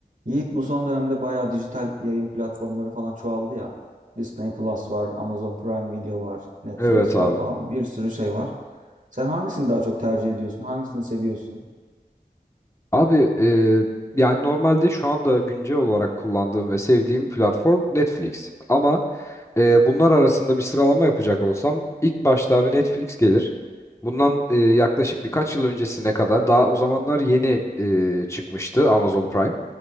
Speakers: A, on the right; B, on the left.
A: Yiğit bu son dönemde bayağı dijital yayın platformları falan çoğaldı ya. Disney Plus var, Amazon Prime Video var, Netflix
B: Evet abi.
A: var falan bir sürü şey var. Sen hangisini daha çok tercih ediyorsun? Hangisini seviyorsun?
B: Abi e, yani normalde şu anda güncel olarak kullandığım ve sevdiğim platform Netflix. Ama Ee, bunlar arasında bir sıralama yapacak olsam ilk başta abi Netflix gelir. Bundan e, yaklaşık birkaç yıl öncesine kadar daha o zamanlar yeni e, çıkmıştı Amazon Prime.